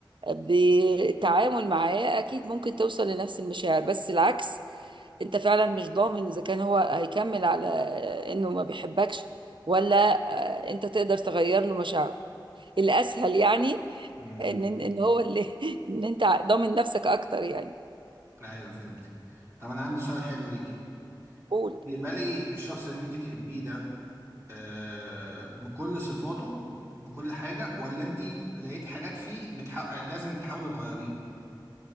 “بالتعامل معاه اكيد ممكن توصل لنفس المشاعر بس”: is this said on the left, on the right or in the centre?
Right